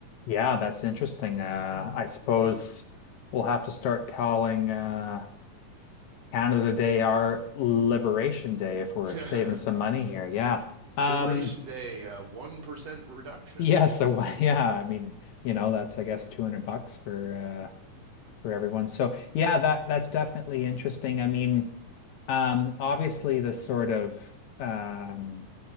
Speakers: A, on the left (about 70°); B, on the right (about 55°).
A: Yeah, that's interesting. Uh, I suppose we'll have to start calling uh, Canada Day our Liberation Day if we're
B: <laughs>
A: saving some money here. Yeah. Um,
B: Liberation Day, uh, 1% reduction.
A: Yeah, so <laughs> why- yeah, I mean, you know, that's I guess 200 bucks for uh for everyone. So, yeah, that that's definitely interesting. I mean, um obviously the sort of um